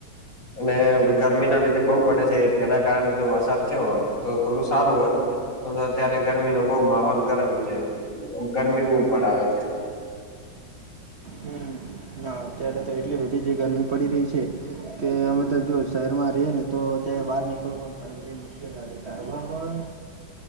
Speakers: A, on the left; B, on the right.
A: અને ગરમી ના લીધે બહુ પડે છે. તેના કારણે જો વરસાદ થયો હોત તો થોડું સારું હોત. અત્યારે ગરમી નો બહુ માહોલ ગરમ છે. ગરમી બહુ પડા આવે છે.
B: હમ ના.... અત્યારે તો એટલી બધી જે ગરમી પડી રહી છે. કે અમે તો જો શહેરમાં રહીએ ને તો ત્યારે બહાર નીકળવું મુશ્કેલ આવે.